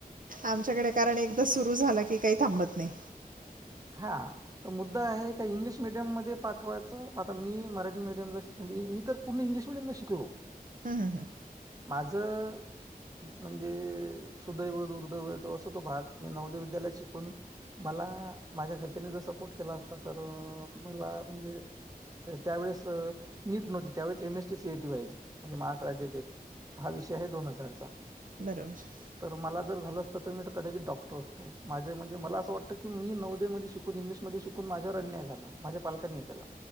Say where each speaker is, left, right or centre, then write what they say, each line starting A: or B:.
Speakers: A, on the right; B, on the right.
A: आमच्याकडे कारण एकदा सुरु झाला की काही थांबत नाही.
B: हा तर मुद्दा आहे का इंग्लिश मिडियम मध्ये पाठवायचं, आता मी मराठी मिडियमला म्हणजे मी तर पूर्ण इंग्लिश मिडियमला शिकलो.
A: हम् हम् हम्!
B: माझं म्हणजे सुदैव दुर्दैव असं तो भाग मी नवदय विद्यालयात शिकून मला मला माझ्या घरच्यांनी जर सपोर्ट केला असता तर मला म्हणजे त्यावेेळेस नीट नव्हती त्यावेळेच एमएसटी सीआयटी व्हायची. म्हणजे महाराष्ट्र राज्याचे हा विषय आहे दोन हजारचा
A: बरोबर
B: तर मला जर झाल आता कदाचित डॉक्टर असतो माझ्या माझ्यामध्ये मला असं वाटतं की मी नवो दय शिकून, इंग्लिश मध्ये शिकून माझ्यावर अन्याय झाला माझ्या पालकांनी केला.